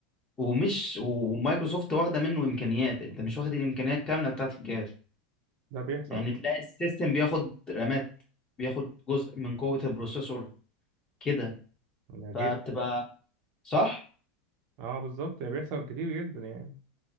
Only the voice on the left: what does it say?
ومش ومايكروسوفت واخده منه امكانيات انت مش واخد الامكانيات كامله بتاعه الجهاز
يعني تلاقي السيستم بياخد رامات بياخد جزء من قوه البروسيسور كده
فبتبقى صح